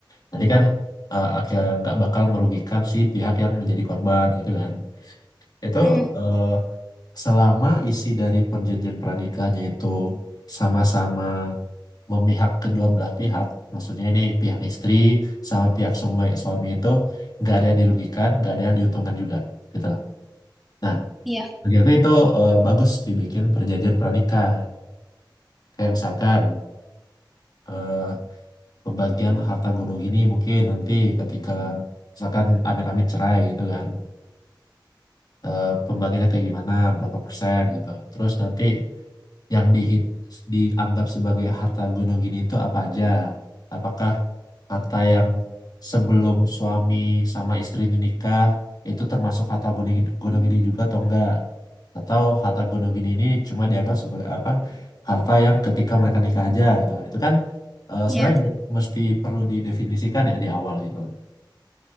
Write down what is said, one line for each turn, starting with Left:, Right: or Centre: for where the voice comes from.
Left: nanti kan eh, akhirnya nggak bakal merugikan si pihak yang menjadi korban gitu kan itu
Centre: Mm,
Left: eh, selama isi dari perjanjian pranikahnya itu sama-sama memihak kedua belah pihak, maksudnya ini pihak istri sama pihak semua ya, suami itu nggak ada yang dirugikan, nggak ada yang diuntungkan juga, gitu lah. Nah,
Centre: Iya,
Left: bagi aku itu eh, bagus dibikin perjanjian pranikah. Kayak misalkan eh, pembagian harta gono gini mungkin nanti ketika misalkan amit-amit cerai gitu kan, eh, pembagiannya kayak gimana, berapa persen gitu. Terus nanti yang dihit, dianggap sebagai harta gonogini itu apa aja? Apakah harta yang sebelum suami sama istri ini nikah itu termasuk harta goni- gonogini juga atau enggak? Atau harta gonogini ini cuma dianggap sebagai apa? Harta yang ketika mereka nikah aja gitu. Itu kan eh,
Centre: iya,
Left: sebenarnya bi- mesti perlu didefinisikan ya di awal gitu loh.